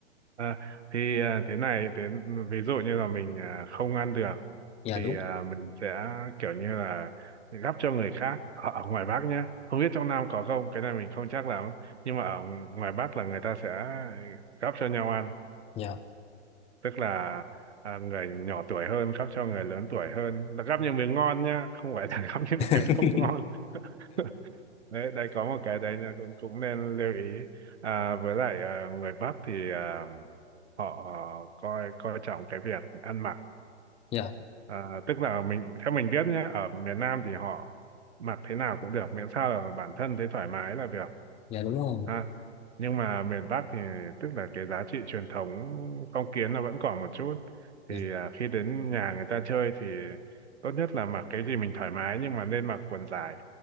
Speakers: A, on the right; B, on the left.
A: à, thì à, thế này thế ví dụ như là mình à, không ăn được
B: <laughs> dạ
A: thì
B: đúng
A: à, mình sẽ kiểu như là gắp cho người khác ở, ở ngoài Bắc nhé không biết trong Nam có không cái này mình không chắc lắm nhưng mà ở ngoài Bắc là người ta sẽ gắp cho nhau ăn
B: dạ
A: tức là à, người nhỏ tuổi hơn gắp cho người lớn tuổi hơn Là gắp những miếng ngon nhá không phải là <laughs> gắp những
B: <laughs>
A: miếng không ngon <laughs> đấy đây có một cái đấy là cũng cũng nên lưu ý à, với lại à, người Bắc thì à, họ coi coi trọng cái việc ăn mặc
B: dạ
A: à, tức là mình theo mình biết nhé ở miền Nam thì họ mặc thế nào cũng được miễn sao là bản thân thấy thoải mái là được
B: dạ đúng rồi
A: ha nhưng mà miền Bắc thì tức là cái giá trị truyền thống phong kiến nó vẫn còn một chút
B: dạ
A: thì à, khi đến nhà người ta chơi thì tốt nhất là mặc cái gì mình thoải mái nhưng mà nên mặc quần dài